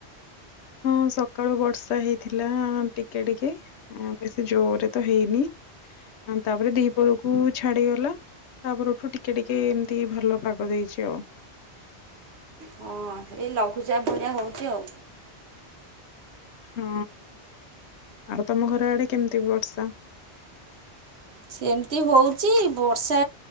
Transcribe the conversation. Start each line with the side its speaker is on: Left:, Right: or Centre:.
Left: ହଁ ସକାଳୁ ବର୍ଷା ହେଇଥିଲା ଟିକେ ଟିକେ। ଆଁ ବେଶୀ ଜୋରେ ତ ହେଇନି ଆଁ ତାପରେ ଦିପହର କୁ ଛାଡ଼ିଗଲା ତାପରଠୁ ଟିକେ ଟିକେ ଏମିତି ଭଲ ପାଗ ଦେଇଚି ଆଉ।
Right: ହଁ ଏଇ ଲଘୁଚାପ ଭଳିଆ ହୋଉଚି ଆଉ।
Left: ହଁ ଆଉ ତମ ଘର ଆଡ଼େ କେମିତି ବର୍ଷା?
Right: ସେମିତି ହୋଉଚି ବର୍ଷା